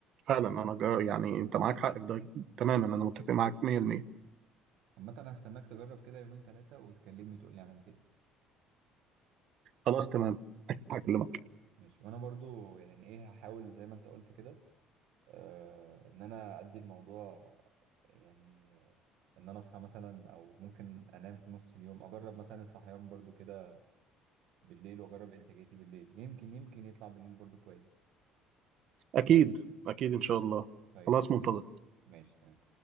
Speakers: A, on the right; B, on the right.
A: فعلا انا جا يعني انت معاك حق في ده تماما انا متفق معاك 100%
B: عامه انا هستناك تجرب كده يومين ثلاثه وتكلمني تقول لي عملت ايه
A: خلاص تمام اكيد هكلمك
B: ماشي وانا برضو يعني ايه هحاول زي ما انت قلت كده آه ان انا ادي الموضوع يعني آه، ان انا اصحى مثلا او ممكن انام في نص اليوم اجرب مثلا الصحيان برضو كده بالليل واجرب انتاجيتي بالليل يمكن يمكن يطلع بالليل برضو كويس
A: اكيد اكيد ان شاء الله
B: طيب
A: خلاص
B: ماشي
A: منتظر
B: ماشي تمام